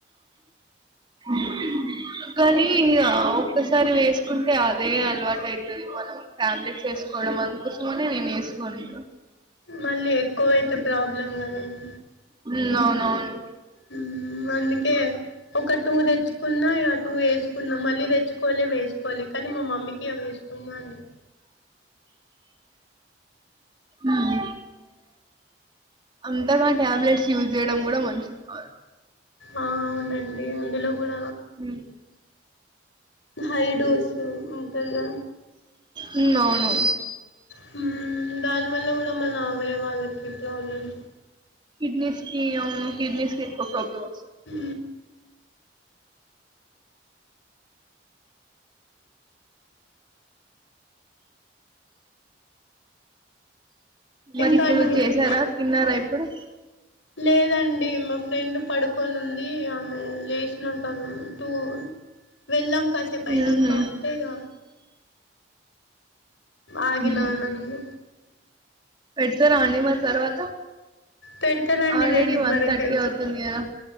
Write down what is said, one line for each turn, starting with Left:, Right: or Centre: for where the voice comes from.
Right: అ <unintelligible> కానీ ఇగ ఒక్కసారి వేసుకుంటే అదే అలవాటు అవుతది మనం ఫ్యామిలీ చేసుకోవడం అకోసమని నేను వేసుకోను
Left: మళ్ళీ ఎక్కువైతే ప్రాబ్లం కదన్
Right: మ్ అవునవును
Left: హ్మ్మ్ అందుకే ఒక టూ తెచ్చుకున్న ఇగ టూ ఏసుకున్నా మళ్ళీ తె తెచ్చుకోలే వేసుకోలే కానీ మా మమ్మీకి వేసుకున్న అండి
Right: హ్మ్మ్ అంతగా టాబ్లెట్స్ యూజ్ చేయడం కూడ మంచిది కాదు.
Left: ఆ అవునండి అందులో కూడ
Right: మ్
Left: హైడోస్ ఉంటది కదా
Right: హ్మ్మ్ అవును
Left: హ్మ్మ్ దానివల్ల కూడా మన అవయవాలకి ప్రాబ్లమ్
Right: కిడ్నీ స్కి అవును కిడ్నీ స్కికు ఎక్కువ ప్రాబ్లమ్ వస్తు
Left: ఉ
Right: మరి
Left: ఇంకా
Right: ఇప్పుడు
Left: అండి మరి
Right: చేసార తిన్నార ఇప్పుడు
Left: లేదండి మా ఫ్రెండ్ పడుకొని ఉంది ఆమె లేసినాంక టూ వెళ్దాం కాసేపైనాంకా
Right: హుహు.
Left: అంటే ఇగ ఆగినా
Right: హ్మ్.
Left: రండి.
Right: పెడతారా అండి మరి తర్వాత
Left: పెడతారండి
Right: ఆల్రెడీ
Left: రెండిటి
Right: వన్
Left: వరకు
Right: థర్టీ
Left: వెళ్
Right: అవుతుంది కదా